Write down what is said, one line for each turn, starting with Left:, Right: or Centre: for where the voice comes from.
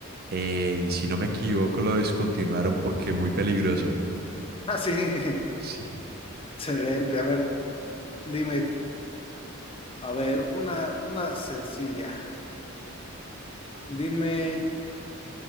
Right: eh, y si no me equivoco lo descontinuaron porque muy peligroso.
Left: Ah, sí. <laughs>
Right: Sí.
Left: Excelente. A ver, dime, a ver, una, una sencilla. Dime,